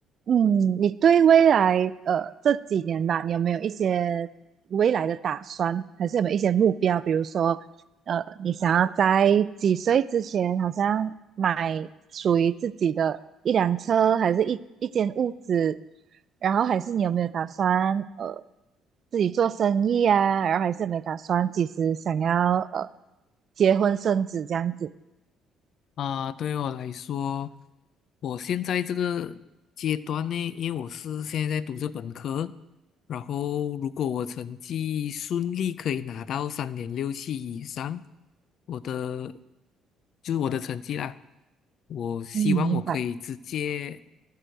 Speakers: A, on the right; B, on the left.
A: 嗯，你对未来呃这几年吧，你有没有一些未来的打算，还是有没有一些目标？比如说，呃，你想要在几岁之前，好像买属于自己的一辆车，还是一一间屋子？然后还是你有没有打算呃自己做生意啊？然后还是有没有打算几时想要呃结婚生子这样子？
B: 啊，对我来说，我现在这个阶段呢，因为我是现在在读着本科，然后如果我成绩顺利可以拿到三点六七以上，我的就是我的成绩啦，我希望我可以直接
A: 嗯，明白。